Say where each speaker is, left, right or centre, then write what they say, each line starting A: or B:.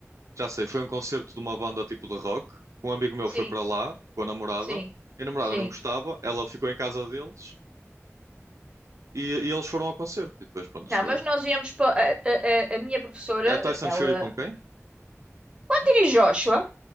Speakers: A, on the right; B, on the right.
A: Já sei, foi um concerto de uma banda tipo de rock. Um amigo meu
B: Sim,
A: foi para lá com a namorada.
B: sim,
A: E a namorada
B: sim.
A: não gostava, ela ficou em casa deles e, e eles foram ao concerto. E depois, pronto,
B: Não,
A: chegaram.
B: mas nós íamos para. A, a- a- a minha professora,
A: É o Tyson
B: ela.
A: Fury com quem?
B: O Anthony Joshua,